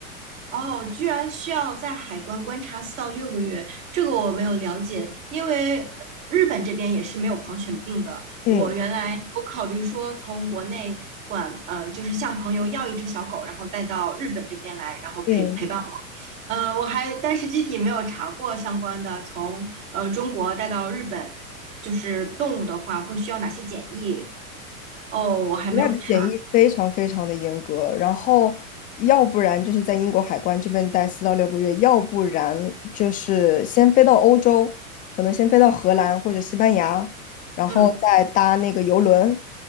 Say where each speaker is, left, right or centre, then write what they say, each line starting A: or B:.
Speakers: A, on the right (about 65°); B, on the left (about 20°).
A: 哦，居然需要在海关观察四到六个月，这个我没有了解，因为日本这边也是没有狂犬病的。
B: 嗯
A: 我原来有考虑说从国内管，呃，就是向朋友要一只小狗，然后带到日本这边来，然后陪陪伴我。
B: 嗯。
A: 呃，我还但是具体没有查过相关的，从呃中国带到日本，就是动物的话会需要哪些检疫？哦，我还没有查。
B: 国外的检疫非常非常的严格，然后要不然就是在英国海关这边待四到六个月，要不然就是先飞到欧洲，可能先飞到荷兰或者西班牙，然后再搭那个游轮
A: 嗯